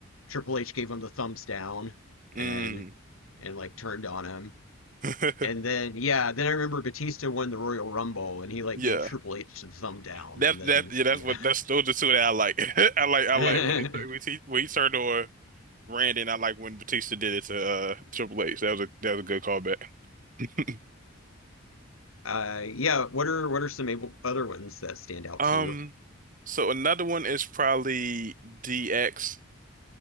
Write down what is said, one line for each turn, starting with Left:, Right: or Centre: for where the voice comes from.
Left: Triple H gave him the thumbs down and
Right: Mm.
Left: and like turned on him.
Right: <laughs>
Left: And then yeah, then I remember Batista won the Royal Rumble and he like
Right: Yeah.
Left: gave Triple H the thumb down
Right: That
Left: and then
Right: that yeah, that's
Left: yeah.
Right: what that's those are two that I like. <laughs> I like I
Left: <laughs>
Right: like when he when he, when he turned on Randy, and I like when Batista did it to uh Triple H. That was a that was a good callback. <laughs>
Left: Uh yeah, what are what are some able, other ones that stand out
Right: Um,
Left: to you?
Right: so another one is probably DX.